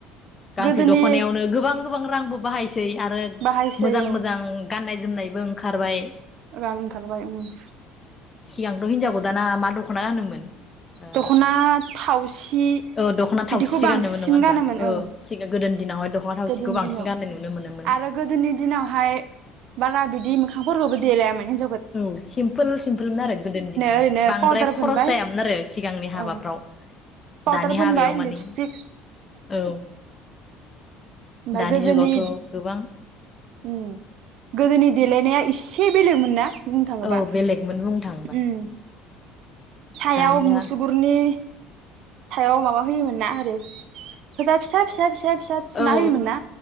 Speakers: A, on the left (about 30°); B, on the right (about 60°).
A: गांसे
B: गोदोनि
A: दख'नायावनो गोबां गो बां रांबो बाहाय सै आरो
B: बाहायसै
A: मोजां
B: औ
A: मोजां गाननाय जोमनायबो ओंखारबाय
B: रां ओंखारबाय उम।
A: सिगांथ' हिनजाव गोदाना मा दख'ना गानोमोन? ओ
B: दख'ना थावसि
A: औ दख'ना
B: बिदिखौ
A: थावसिसो
B: बांसिन
A: गानोमोन नङा होनबा
B: गानोमोन
A: औ
B: ओं।
A: सिगां गोदोनि दिनावहाय दख'ना थावसिखौ
B: गोदोनि
A: बांसिन
B: दिनाव
A: गाननाय नुनो मोनोमोन
B: आरो गोदोनि दिनावहाय बाला बिदि मोखांफोरखौबो देलायामोन हिन
A: औ सिमपोल सिमपोलमोन आरो गोदोनि दिनावहाय
B: ओरैनो
A: बांद्राय
B: पाउदार फोनबाय
A: खरस जायामोन आरो सिगांनि हाबाफ्राव
B: ओं पाउदार
A: दानि
B: फोनबाय
A: हाबायाव माने
B: लिपस्टिक
A: औ।
B: ओमफाय
A: दानि
B: गोदोनि
A: जुगावथ' गोबां
B: उम गोदोनि नि देलायनाया इसे बेलेगमोन ना? बुंनो थाङोबा
A: औ बेलेगमोन बुं नो थाङोबा।
B: उम सायाव
A: दानिया
B: मुसुगुरनि सायाव माबा होयोमोन ना आरै फोथा फिसा फिसा फिसा थुना
A: औ औ
B: होयोमोन ना